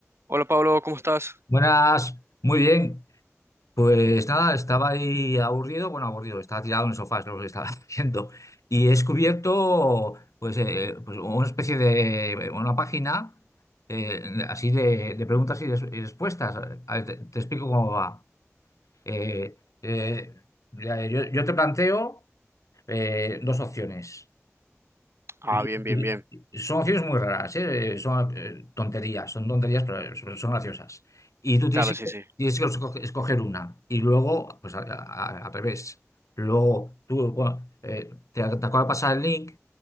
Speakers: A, on the right (about 55°); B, on the left (about 85°).
A: Hola Pablo, ¿cómo estás?
B: Buenas, muy bien. Pues nada, estaba ahí aburrido, bueno, aburrido, estaba tirado en el sofá, es lo que estaba <laughs> haciendo. Y he descubierto, pues, eh, pues una especie de, una página eh, así de, de preguntas y, res- y respuestas. A ver, te, te explico cómo va. Eh, eh, mira, yo, yo te planteo eh, dos opciones.
A: Ah,
B: Y-
A: bien, bien,
B: y-
A: bien.
B: y son acciones muy raras, ¿eh? Son eh, tonterías, son tonterías, pero son son graciosas. Y tú tienes
A: Claro,
B: que,
A: sí, sí.
B: tienes que esco- escoger una. Y luego, pues a- a- al revés. Luego tú bueno, eh, te, te acaba de pasar el link,